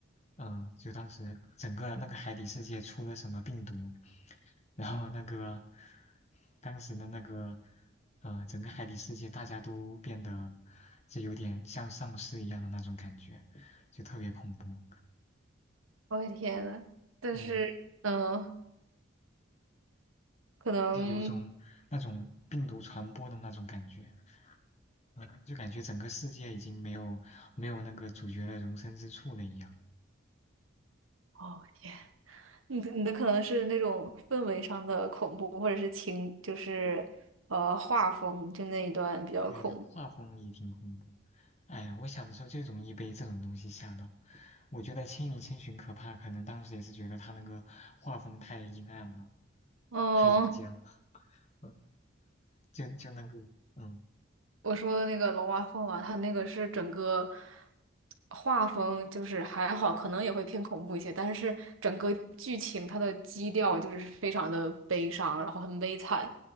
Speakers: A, on the left (about 35°); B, on the right (about 85°).
A: 嗯，就当时整个那个海底世界出了什么病毒。然后那个当时的那个呃，整个海底世界大家都变得就有点像丧尸一样的那种感觉，就特别恐怖，
B: 我的天呐，但是嗯，
A: 嗯，
B: 可能
A: 就有种那种病毒传播的那种感觉，嗯，就感觉整个世界已经没有没有那个主角的容身之处了一样。
B: 哦，你的你的可能是那种氛围上的恐怖，或者是情，就是呃画风，就那一段比较恐怖。
A: 对，画风也挺恐怖。哎，我小的时候就容易被这种东西吓到。我觉得《千与千寻》可怕，可能当时也是觉得它那个画风太阴暗了。
B: 嗯。
A: 太阴间了，嗯，就就那个，嗯，
B: 我说的那个龙娃凤娃，他那个是整个画风就是还好，可能也会偏恐怖一些，但是整个剧情它的基调就是非常的悲伤，然后很悲惨，